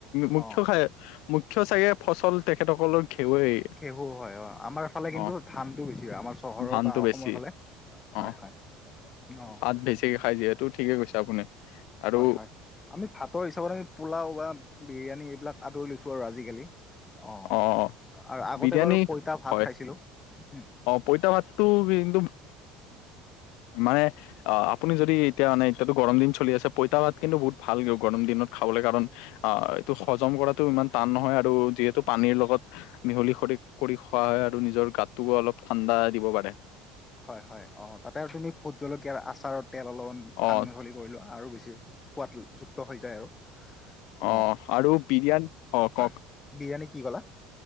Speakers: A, on the left; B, on the left.
A: মুখ্য
B: অ
A: খাই,,, চো চাগে ফচল তেখেতসকলৰ ঘেৱেই।
B: খেহু হয় অ' আমাৰ ফালে কিন্তু
A: অ
B: ধানটো বেছি হয় আমাৰ চহৰৰ
A: ধানটো
B: বা অসমৰ
A: বেছি
B: ফালে। হয়ঁ
A: অ
B: হয়ঁ অঁ।
A: ভাত বেছিকে খাই যিহেত তো ঠিকে কৈছে আপুনি। আৰু
B: হয়ঁ হয়ঁ আমি ভাতৰ হিচাপত আমি পোলাও বা বিৰিয়ানী এইবিলাক আদৰি লৈছোঁ আৰু আজিকালি। অঁ,
A: অ
B: আৰু আগতে
A: বিৰিয়ানী
B: বাৰু পইতা ভাত
A: হয়
B: খাইছিলোঁ। হুম,
A: অ' পইতা ভাততো ভি ইন্দোম। মানে। আহ আপুনি যদি এতিয়া মানে এতিয়াতো গৰম দিন চলি আছে পইতা ভাত কিন্তু বহুত ভাল কি গৰম দিনত খাবলৈ কাৰণ। আহ এইটো হজম কৰাটো ইমান টান নহয় আৰু যিহেতু পানীৰ লগত। মিহলি কৰি কৰি খোৱা হয় আৰু নিজৰ গাতটোকো অলপ ঠাণ্ডা দিব পাৰে।
B: হয়ঁ হয়ঁ অ' তাতে আৰু তুমি ভুট জলকীয়াৰ আচাৰৰ তেল অলপমান
A: অ
B: সান মিহলি কৰি লোৱা আৰু বেছি সোৱাদযুক্ত হৈ যায় আৰু। অ
A: অঁ আৰু বিৰিয়ানী অ'
B: হয়
A: কওক।
B: বিৰিয়ানী কি ক'লা?